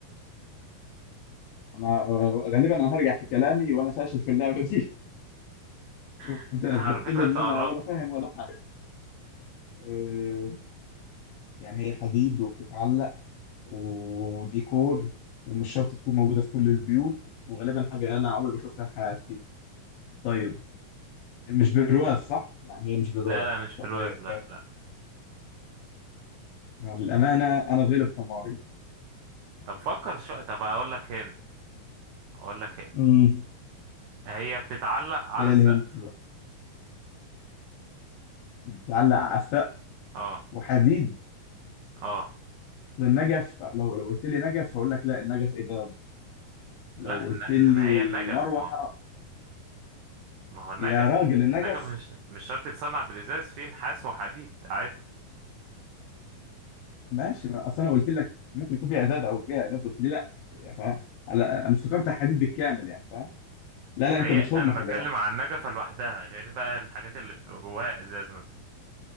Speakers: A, on the left; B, on the right.
A: انا غالبا انا هرجع في كلامي وانا فاشل في اللعبه دي <laughs>
B: <laughs>
A: وانت اثبتت
B: على فكرة
A: لي
B: انت
A: ان
B: قربت
A: انا ولا فاهم ولا حاجه أه، يعني هي حديد وبتتعلق وديكور ومش شرط تكون موجوده في كل البيوت وغالبا حاجه انا عمري ما شفتها في حياتي طيب مش برواز صح؟ يعني هي مش برواز
B: لا لا مش برواز
A: طب إيه؟
B: لا لا
A: للأمانة أنا غلب حماري
B: طب فكر شو طب اقول لك هند اقول لك هند
A: امم
B: هي بتتعلق على
A: إيه
B: السقف
A: الهنت بقى؟ بتتعلق على السقف
B: اه
A: وحديد
B: اه
A: أصل النجف لو لو قلت لي نجف هقول لك لا النجف إذاب لو
B: لا إن...
A: قلت لي
B: انما هي النجف
A: مروحة
B: ما ما هو النجف
A: يا راجل النجف
B: النجف مش مش شرط يتصنع بالازاز فيه نحاس وحديد عادي
A: ماشي ما أصل أنا قلت لك ممكن يكون فيها إزاز أو فيها إزاز قلت لي لا يا فاهم أنا أنا افتكرت حديد بالكامل يعني فاهم لا
B: ما
A: لا أنت
B: هي
A: بتخم
B: انا
A: خلي
B: بتكلم
A: بالك
B: عن النجفة لوحدها غير بقى الحاجات اللي بيبقى جواها ازاز مثلا